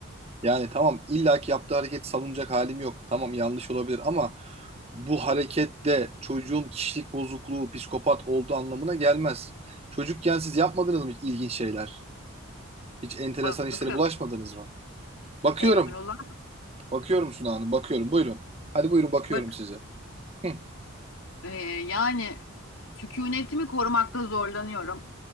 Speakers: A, on the right; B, on the left.
A: Yani tamam illaki yaptığı hareket savunacak halim yok. Tamam yanlış olabilir ama bu hareket de çocuğun kişilik bozukluğu, psikopat olduğu anlamına gelmez. Çocukken siz yapmadınız mı hiç ilginç şeyler? Hiç enteresan
B: bakın
A: işlere bulaşmadınız mı? Bakıyorum.
B: Emrullah
A: Bakıyorum Suna Hanım, bakıyorum. Buyurun. Hadi buyurun bakıyorum
B: bakın
A: size. Hı.
B: Ee, yani sükunetimi korumakta zorlanıyorum